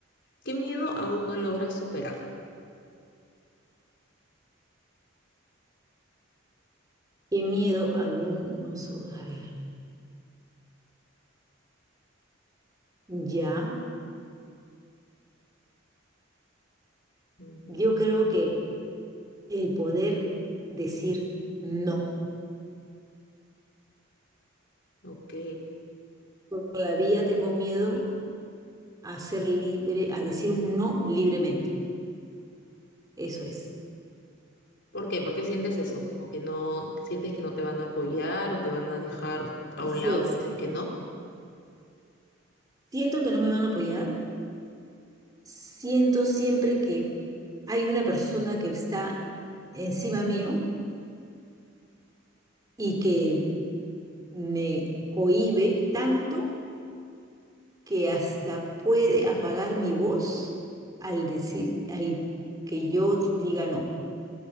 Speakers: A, on the left; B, on the right.
A: ¿Qué miedo aún no logras superar?
B: Qué miedo algunos, o- a ver, ya,
A: Ujú,
B: yo creo que el poder decir no.
A: Ok.
B: Todavía tengo miedo a ser libre, a decir un no libremente. Eso es.
A: ¿Por qué? ¿Por qué sientes eso?
B: Todavía-
A: Como que no, sientes que no te van a apoyar o te van a dejar a
B: Así
A: un lado
B: es.
A: si dices que no.
B: Siento que no me van a apoyar. Siento siempre que hay una persona que está encima mío y que me cohíbe tanto que hasta puede apagar mi voz al decir, al que yo diga no.